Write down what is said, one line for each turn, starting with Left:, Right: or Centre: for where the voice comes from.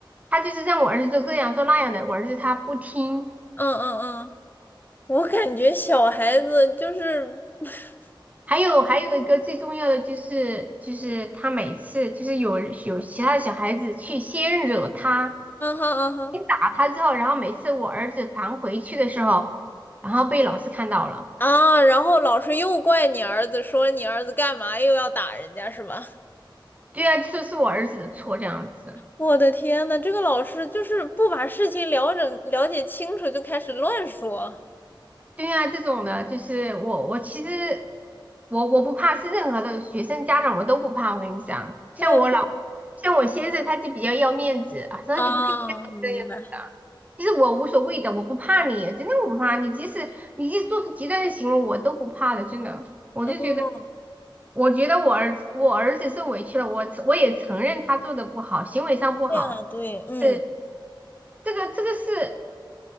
Right: 他就是让我儿子做这样做那样的，我儿子他不听。
Left: 嗯嗯，我感觉小孩子就是，<laughs>
Right: 还有还有一个最重要的就是，就是他每次就是有有其他的小孩子去先惹他，
Left: 嗯哼嗯哼
Right: 先打他之后，然后每次我儿子弹回去的时候，然后被老师看到了，
Left: 啊，然后老师又怪你儿子，说你儿子干嘛又要打人家是吧？<laughs>
Right: 对啊，就是是我儿子的错这样子。
Left: 我的天呐，这个老师就是不把事情了整了解清楚就开始乱说。
Right: 对啊，这种的，就是我，我其实我我不怕，是任何的学生家长我都不怕。我跟你讲，像我老，
Left: 对
Right: 像我先生他就比较要面子啊，说你不可以这样子的。
Left: 啊，啊明白。
Right: 其实我无所谓的，我不怕你，真的我不怕你。即使你即使做出极端的行为，我都不怕的，真的。我就觉得，
Left: 哦，
Right: 我觉得我儿子我儿子受委屈了，我我也承认他做的不好，行为上不好。
Left: 这样啊，对，嗯，
Right: 是这个这个是